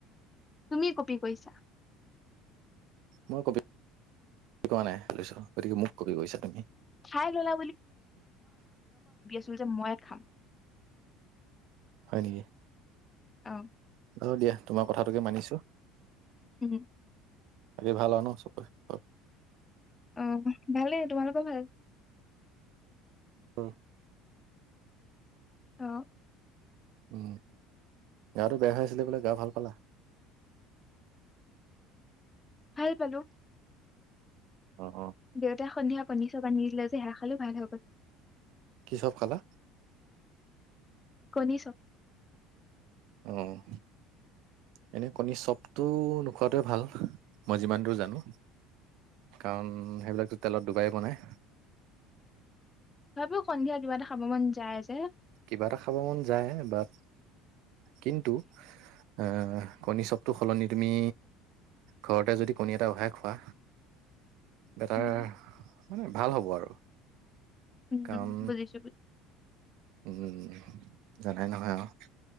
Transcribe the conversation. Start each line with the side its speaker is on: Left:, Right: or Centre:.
Left: তুমি কপি কৰিছা।
Right: মই কপি কৰা নাই। গতিকে মোক কপি কৰিছা তুমি।
Left: খাই ল'লা <unintelligible> ময়ে খাম।
Right: ইয়ে
Left: অ'।
Right: বাৰু দিয়া, তোমাৰ কথাটোকে মানিছো।
Left: উম
Right: বাকি ভাল আৰু ন চবৰে ঘৰৰ?
Left: অ ভালেই। তোমালোকৰ ভাল?
Right: অ।
Left: অ'।
Right: উম, গাটো বেয়া হৈ আছিলে বোলে গা ভাল পালা?
Left: ভাল পালোঁ।
Right: অ', অ'।
Left: দেউতাই সন্ধিয়া কণী চ'প আনি দিলে যে, হেয়া খালোঁ ভাল হৈ গ'ল।
Right: কি চ'প খালা?
Left: কণী চ'প।
Right: অ', এনেই কণী চ'পটো নোখোৱাটোৱে ভাল মই যিমান দূৰ জানো কাৰণ সেইবিলাকটো তেলত দুবায়েই বনাই।
Left: তথাপিও সন্ধিয়া কিবা এটা খাব মন য যায় যে।
Right: কিবা এটা খাব মন যায়, বাট কিন্তু এ কণী চপটোৰ সলনি তুমি ঘৰতে যদি কণী এটা ওহাই খোৱা, বেটাৰ
Left: উম
Right: মানে ভাল হ'ব আৰু।
Left: উম,
Right: কাৰণ
Left: বুজিছোঁ, বুজ
Right: উম, জানাই নহয় আৰু।